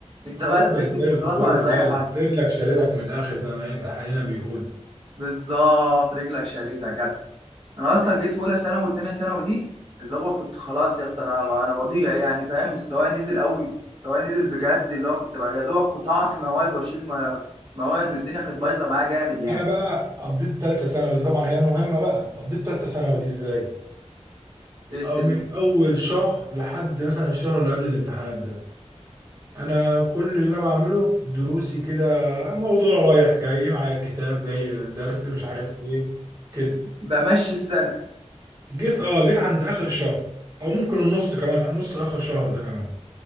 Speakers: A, on the right; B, on the right.
A: انت
B: خلاص
A: بقى لا
B: بقت
A: مركز
B: زي
A: في
B: الفل
A: دراسه ولا في
B: بقى
A: اي حاجه
B: رجلك شالتك من الاخر زي ما يبقى اهالينا بيقولوا
A: بالظبط رجلك شريطه انا اصلا جيت في اولى ثانوي وثانيه ثانوي دي اللي هو كنت خلاص يا اسطى انا انا بضيع يعني فاهم مستواي نزل قوي مستواي نزل بجد اللي هو كنت بقى يا دوبك كنت هقع في مواد واشيل م- مواد والدنيا كانت بايظه معايا جامد يعني
B: انا بقى قضيت تالتة ثانوي دي طبعا هي المهمة بقى قضيت تالتة ثانوي دي ازاي
A: إيه الدنيا
B: أو من أول شهر لحد مثلا الشهر اللي قبل الامتحانات ده أنا كل اللي أنا بعمله دروسي كده موضوع رايح جاي معايا الكتاب جاي الدرس مش عارف إيه كده
A: بمشي السنه
B: جيت أه جيت عند آخر شهر أو ممكن النص كمان النص آخر شهر ده كمان